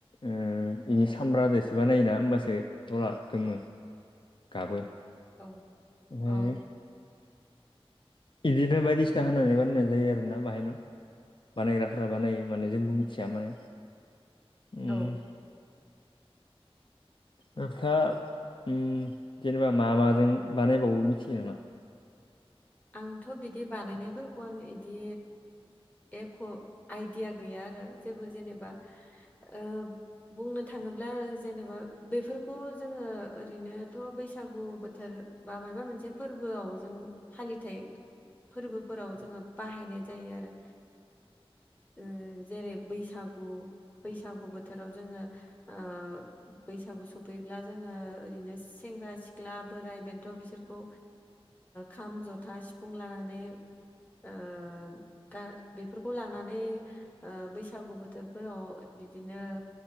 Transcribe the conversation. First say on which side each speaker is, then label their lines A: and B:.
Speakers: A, on the left; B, on the left.
A: ओ बेनि सामब्राजोसो बानायोना होमबासो दला गोमो गाबो।
B: औ
A: ओमफ्राय
B: अ
A: इदिनो बायदिसिना होनानै बानायनाय जायो आरोना बाहायमोन बानायग्राफोरा बानायो। माने जोंबो मिथिया माने उम
B: औ <inaudible>
A: थाङा उम जेनेबा मा माजों बानायबावो मिथियो नामा?
B: आंथ' बिदि बानायनायफोरखौ आं इदि एख' आइडिया गैया आरो जेबो जेनेबा ओ बुंनो थांङोब्ला जेनेबा बेफोरखौ जोंङो ओरैनोथ' बैसागु बोथोर बा मायबा मोनसे फोरबोआव जों फालिथाय फोरबोफोराव जोंङो बाहायनाय जायो आरो। ओ जेरै बैसागु बैसागु बोथोराव जोंङो ओ बैसागु सफैब्ला जोंङो ओरैनो सेंग्रा- सिख्ला, बोराय- बेन थ' ओ बिसोरखौ खाम, जथा, सिफुं लानानै ओ गा बेफोरखौ लानानै ओ बैसागु बोथोरफोराव बिदिनो